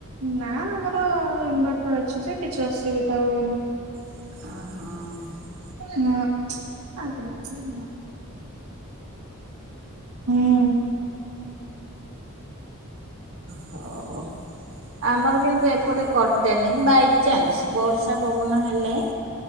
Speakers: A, on the right; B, on the right.
A: ନା ଆମର ଇନଭର୍ଟର ଅଛି ଯେ କିଛି ଅସୁବିଧା ହୁଏନି।
B: ଅହ।
A: <unintelligible> ହୁଁ।
B: ହଉ ଆମର କିନ୍ତୁ ଏପଟେ କଟେନି ବାଇଚାନ୍ସ ବର୍ଷା ପବନ ହେଲେ